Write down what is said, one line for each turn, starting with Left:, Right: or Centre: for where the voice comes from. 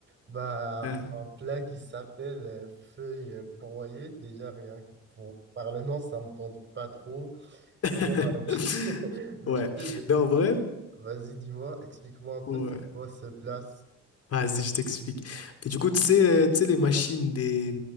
Right: bah,
Left: Ah.
Right: un plat qui s'appelle euh, feuilles euh, broyées, déjà rien que pour, par le nom, ça me tente pas trop.
Left: <laughs>
Right: Bon, euh, <laughs> mais
Left: Ouais.
Right: tu sais,
Left: Mais en vrai,
Right: Vas-y, dis-moi, explique-moi un peu,
Left: ouais.
Right: c'est quoi ce place?
Left: Vas-y, je t'explique. Mais du coup, tu sais, euh, tu sais, les machines, des,